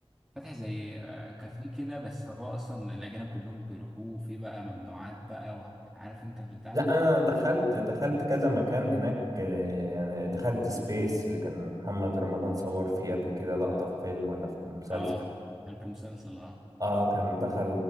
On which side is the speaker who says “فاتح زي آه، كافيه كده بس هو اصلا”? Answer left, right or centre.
Centre